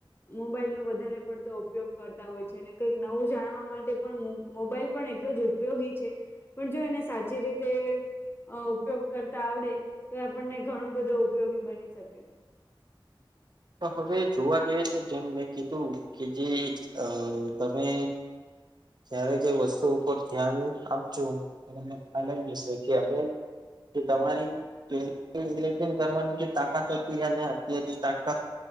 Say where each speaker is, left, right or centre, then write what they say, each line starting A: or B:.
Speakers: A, on the left; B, on the right.
A: મોબાઈલ નો વધારે પડતો ઉપયોગ કરતા હોય છે અને કંઈક નવું જાણવા માટે પણ મોબાઈલ પણ એટલો જ ઉપયોગી છે પણ જો એને સાચી રીતે ઉપયોગ કરતા આવડે તો એ આપણને ઘણો બધો ઉપયોગી બની શકે.
B: તો હવે જોવા જઈએ તો જેમ મેં કીધું કે જે અ તમે જ્યારે જે વસ્તુ ઉપર ધ્યાન આપજો મમને ખ્યાલશે કે હવે તમારી કરવાની જે તાકાત હતી અને અત્યારની